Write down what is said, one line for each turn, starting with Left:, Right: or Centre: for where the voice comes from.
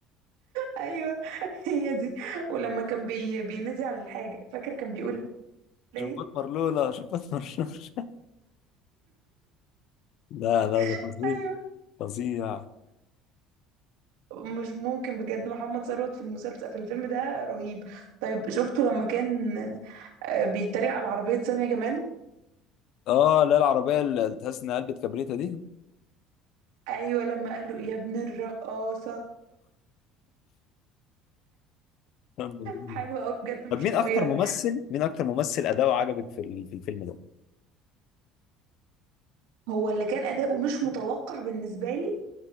Right: ايوه <laughs> هي دي ولما كان بي بينادي على الحاجه فاكر كان بيقول
Left: جبات
Right: ايه
Left: مرلولة جبات مرلولة <laughs> لا لا ده
Right: <laughs>
Left: فظيع
Right: ايوه
Left: فظيع
Right: مش ممكن بجد محمد ثروت في المسلسل في الفيلم ده رهيب طيب شفته لما كان آه، بيتريق على عربية سامية جمال
Left: اه لا العربية اللي تحس انها قلبت كبريتة دي
Right: ايوه لما قال له يا ابن الرقاصة
Left: <laughs>
Right: حلو قوي بجد مش
Left: طب مين
Right: طبيعي
Left: اكتر ممثل مين اكتر ممثل اداؤه عجبك في ال- في الفيلم ده؟
Right: هو اللي كان اداؤه مش متوقع بالنسبة لي